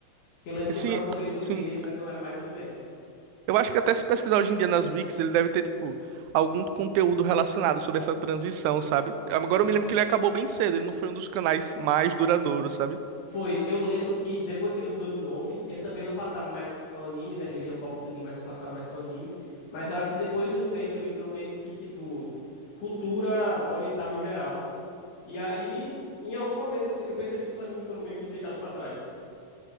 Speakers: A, on the left (about 60°); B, on the right (about 80°).
A: Que eu lembro que
B: Sim,
A: eu procurei sobre
B: sim.
A: ele, mas não era mais Animax.
B: Eu acho que até se pesquisar hoje em dia nas wikis, ele deve ter, tipo, algum conteúdo relacionado sobre essa transição, sabe? Agora
A: Sim.
B: eu me lembro que ele acabou bem cedo, ele não foi um dos canais mais duradouros, sabe?
A: Foi. Eu lembro que depois que ele mudou de nome, ele também não passava mais só anime, né? Ele tinha foco do anime, mas não passava mais só anime. Mas eu acho que depois de um tempo ele virou meio que, tipo, cultura oriental em geral. E aí, em algum momento, eu, se- eu percebi que os animes foram meio que deixados pra trás.